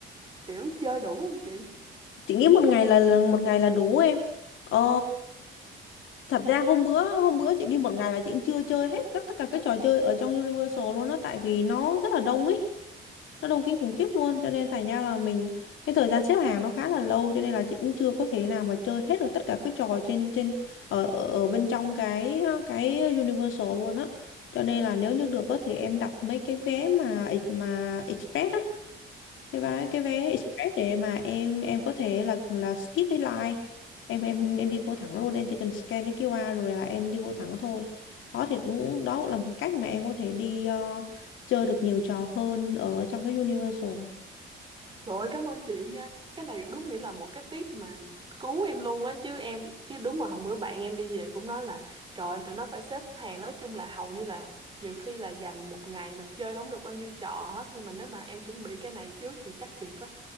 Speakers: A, on the right (about 25°); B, on the left (about 80°).
A: kiểu chơi đủ không chị?
B: Chị nghĩ một ngày là là- một ngày là đủ em ờ, thật ra hôm bữa hôm bữa chị đi một ngày là chị cũng chưa chơi hết các tất cả các trò chơi ở trong Universal luôn đó tại vì nó rất là đông ấy nó đông kinh khủng khiếp luôn cho nên thành ra là mình cái thời gian xếp hàng nó khá là lâu cho nên là chị cũng chưa có thể nào mà chơi hết được tất cả các trò trên trên ở ở ở bên trong cái cái Universal luôn á cho nên là nếu như được á thì em đặt mấy cái vé mà mà express á cái vé cái vé express để mà em em có thể là là skip cái line em em em đi vô thẳng luôn em chỉ cần scan cái QR rồi là em đi vô thẳng thôi đó thì đúng đó cũng là một cách mà em có thể đi ờ, chơi được nhiều trò hơn ở trong cái Universal
A: Trời ơi, cảm ơn chị nha. Cái này đúng nghĩa là một cái tip mà cứu em luôn á chứ em chứ đúng mà hôm bữa bạn em đi về cũng nói là trời ơi, tụi nó phải xếp hàng nói chung là hầu như là nhiều khi là dành một ngày mà chơi không được bao nhiêu trò hết nhưng mà nếu mà em chuẩn bị cái này trước thì chắc kịp á.